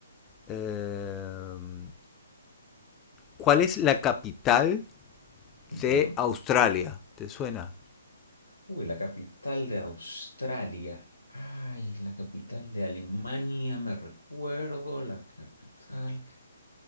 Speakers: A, on the left; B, on the left.
A: Eh, ¿Cuál es la capital
B: Ujú.
A: de Australia? ¿Te suena?
B: Uy, la capital de Australia. Ay, la capital de Alemania, me recuerdo, la capital.